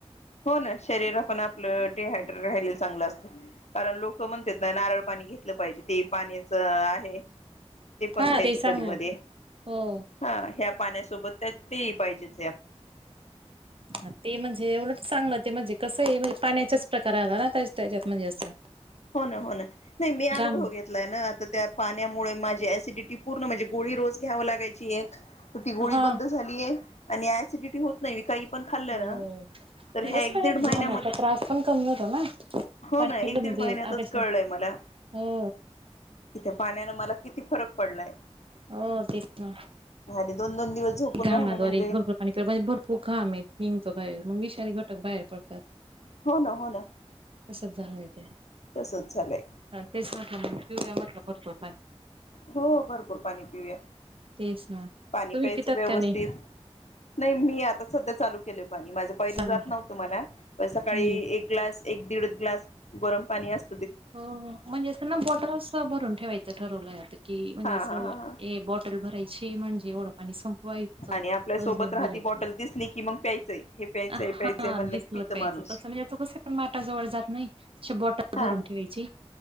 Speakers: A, on the left; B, on the right.
A: हो ना शरीर पण आपलं डिहायड्रेट राहिल. चांगलं असत कारण लोक म्हणतात ना नारळ पाणी घेतलं पाहिजे. ते पाण्याच आहे ते पण
B: हा
A: घ्यायचं
B: चांगलं
A: कधी मध्ये
B: हो
A: हा ह्या पाण्यासोबत त्यात ते पाहिजेत.
B: हा ते म्हणजे एवढं चांगलं ते म्हणजे कसं आहे म्हणजे पाण्याचाच प्रकार आला ना त्या त्याच्यात म्हणजे असं.
A: हो ना हो ना नाही मी अनुभव
B: घाम
A: घेतलाय ना आता त्या पाण्यामुळे माझी एसिडिटी पूर्ण म्हणजे गोळी रोज घ्याव लागायची एक ती गोळी
B: हा
A: बंद झालीय आणि सिडिटी होत नाही काही खाल्
B: हो
A: ह
B: कस
A: महिन्यामध्ये
B: घामाचा त्रास पण कमी होतो ना
A: हो
B: पाणी
A: ना.
B: म्हणजे
A: दीड महिन्यातच
B: आपेक्षा
A: कळलंय मला
B: हो
A: कि त्या पाण्यानं मला किती फरक पडलाय.
B: हो तेच ना.
A: आणि दोन दोन दिवस झोपून
B: घामाद्वे
A: राहणं म्हणजे
B: भरपूर पाणी म्हणजे भरपूर घा आहेत नििंगतो बा मग वि घटक बाहेर पडतात.
A: हो ना हो ना
B: तस झालंय तेल
A: तसच झालंय
B: तेच वा. ्या म्हटलं करतो.
A: हो भरपूर पाणी पिऊया
B: तेच ना
A: पाणी
B: तुम्ही
A: प्यायचं
B: पितात
A: व्यवस्थित
B: का नाही
A: नाही मी आता सध्या चालू. पा माझ पहि
B: सांग
A: जात नव्हत मला सकाळी
B: मी
A: एक ग्लास एक दीड ग्लास गरम पाणी अस.
B: हो म्हणजे ना बॉटल्स भरून ठेवायचं ठरवलं. की म्हणजे
A: हा
B: असं
A: हा हा हा
B: बॉटल भरायची म्हणजे ओढ पाणी संपवायचं
A: आणि आपल्या सोबत
B: अज दर
A: राहती
B: भरायच.
A: बॉटल दिसली की मग प्यायचंय हे प्यायचंय
B: हा
A: प्यायचंय म्हणलं
B: दिसलं
A: की पितं
B: प्यायचं
A: माणूस
B: तस म्हणजे कस पण माठाजवळ जात नाही. अशी बौटल
A: हा
B: भरून ठेवायची